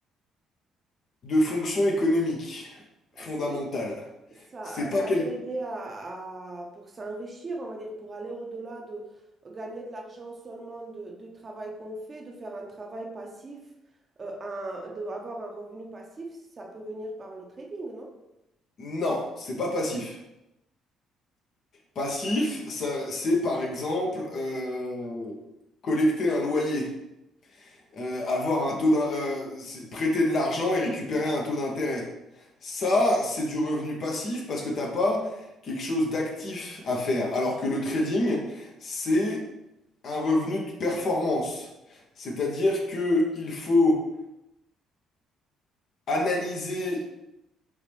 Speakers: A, on the left (about 55°); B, on the right (about 35°).
A: de fonction économique
B: Bah,
A: fondamentale.
B: si ça,
A: C'est pas
B: ça
A: quel...
B: peut aider à, à- pour s'enrichir, on va dire, pour aller au-delà de gagner de l'argent seulement de- du travail qu'on fait, de faire un travail passif, euh, un- de avoir un revenu passif, ça peut venir par le trading, non?
A: Non, c'est pas passif. Passif, ça, c'est par exemple euh, collecter un loyer. Euh, avoir un taux d'in- euh, c'est prêter de l'argent et récupérer un taux d'intérêt. Ça, c'est du revenu passif parce que t'as pas quelque chose d'actif à faire. Alors que le trading, c'est un revenu de performance. C'est-à-dire que il faut analyser